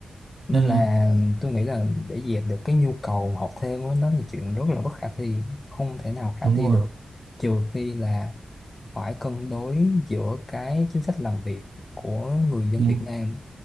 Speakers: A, on the left; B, on the right.
A: nên
B: ừ ừ
A: là tôi nghĩ là để dẹp được cái nhu cầu học thêm đó, đó là chuyện rất là bất khả thi không thể nào khả
B: đúng
A: thi
B: rồi
A: được trừ khi là phải cân đối giữa cái chính sách làm việc của người dân
B: đúng
A: Việt
B: rồi.
A: Nam